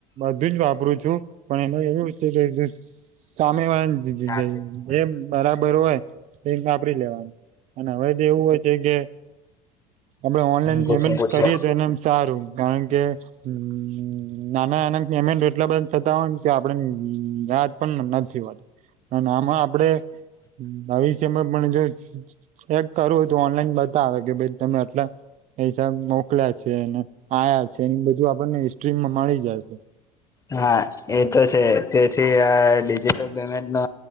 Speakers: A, on the right (about 40°); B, on the left (about 15°).
A: બધું જ વાપરું છું પણ એવું છે કે સામે વાળી
B: મમ્મી
A: એ બરાબર હોય. વાપરી લેવાનું અને હવે તો એવું હોય છે કે આપડે ઓનલાઈન
B: પૂછી
A: પેમેન્ટ
B: પૂછી
A: કરીએ તો એનેમ સારું કારણ કે હ નાના નાના પેમેન્ટ એટલા બધા થતા હોય ને તો આપડે યાદ પણ નથી વાત અને આમાં આપડે ભવિસ્ય પણ જો ચેક કરવું હોય તો ઓનલાઈન બતાવે કે ભાઈ તમે એટલા એિસાબ મોકલ્યા છે અને આયા છે એ બધું આપણને હિસ્ટ્રીમાં મળી જાય છે
B: હા એ તો છે તેથી ડિજિટલ પેમેન્ટ નો